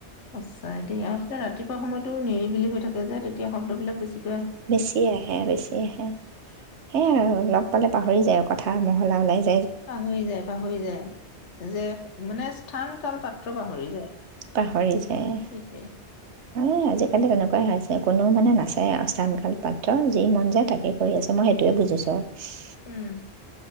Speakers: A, on the left; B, on the right.
A: অছ দে আ ৰাি সময়তো নিৰিবিলি হৈ থাকে যেতিয়া শবদবিলাক বেছি
B: বেছিয়ে আহে বেছিয়ে আহে সেয়াই আৰু লগ পালে পাহৰি যায় আৰু কথা মহলা ওলাইায়
A: পাহৰি যায় পাহৰি যায় যে মানে স্থান কাল পাত্ৰ পাহৰি যায়
B: পাহৰি যায়
A: সেইটোৱে
B: এ আজিকালি তেনেকা ক কোনো মানে নাচে স্থান কাল পাত্ৰ যি মন যায় তাকে কৰি আছে মই সেইটোৱে বুজিছোঁ আৰু
A: উম